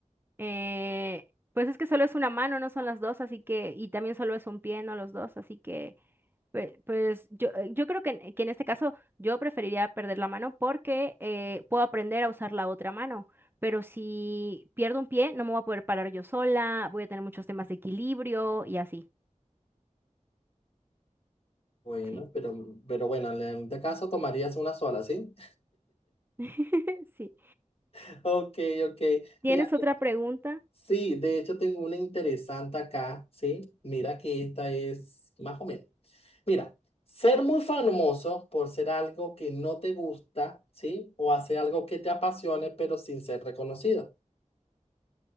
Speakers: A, on the right (about 15°); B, on the left (about 50°).
A: Eh, pues es que solo es una mano, no son las dos, así que, y también solo es un pie, no los dos, así que, pe- pues, yo, eh, yo creo que, en que en este caso yo preferiría perder la mano porque eh, puedo aprender a usar la otra mano, pero si pierdo un pie no me voy a poder parar yo sola, voy a tener muchos temas de equilibrio y así,
B: Bueno,
A: sí.
B: pero, pero bueno, en este caso tomarías una sola, ¿sí?
A: <laughs> Sí.
B: <laughs> Ok, ok.
A: ¿Tienes
B: Mira.
A: otra pregunta?
B: Sí, de hecho tengo una interesante acá, ¿sí? Mira que esta es más o menos. Mira, ser muy famoso por ser algo que no te gusta, ¿sí? O hacer algo que te apasione, pero sin ser reconocido.